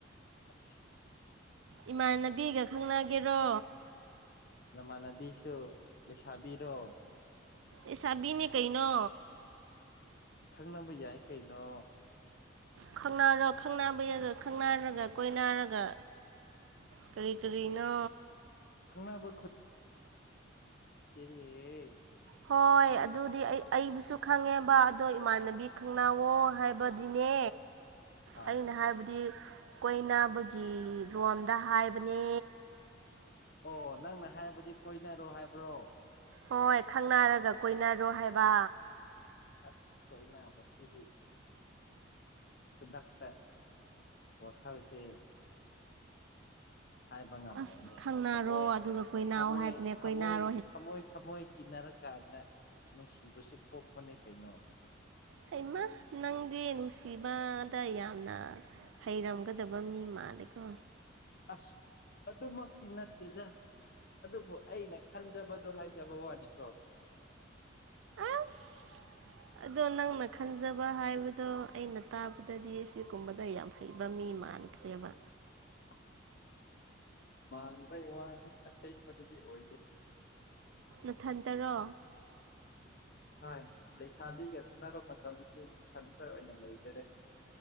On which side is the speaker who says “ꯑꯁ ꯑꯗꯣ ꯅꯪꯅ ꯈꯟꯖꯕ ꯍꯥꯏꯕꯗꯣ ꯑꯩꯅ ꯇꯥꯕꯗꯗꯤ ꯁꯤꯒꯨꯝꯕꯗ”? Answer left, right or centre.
Right